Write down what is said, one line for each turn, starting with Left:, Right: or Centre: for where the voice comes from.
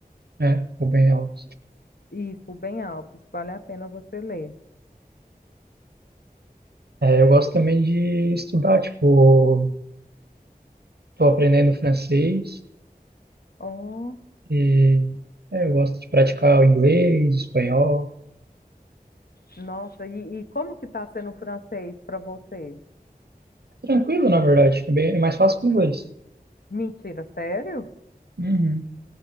Right: é, ficou bem alto.
Left: Isso, Rubem Alves, vale a pena você ler.
Right: É, eu gosto também de estudar, tipo, tô aprendendo francês
Left: Oh,
Right: e é, eu gosto de praticar o inglês, espanhol.
Left: nossa, e, e como que tá sendo o francês para você?
Right: É Tranquilo, na verdade, é, bem, é mais fácil que o inglês.
Left: Mentira, sério?
Right: Uhum.